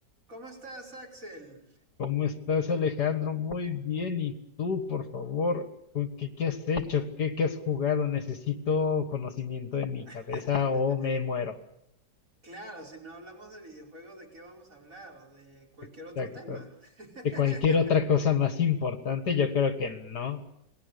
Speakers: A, on the right; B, on the left.
A: ¿Cómo estás, Axel?
B: ¿Cómo estás, Alejandro? Muy bien. ¿Y tú, por favor? cu- ¿Qué, qué has hecho?
A: Yo...
B: ¿Qué, qué has jugado? Necesito conocimiento en mi
A: <laughs>
B: cabeza o me muero.
A: Claro, si no hablamos de videojuegos, ¿de qué vamos a hablar? De cualquier
B: Exacto.
A: otro tema. <laughs>
B: ¿De cualquier otra cosa más importante? Yo creo que no.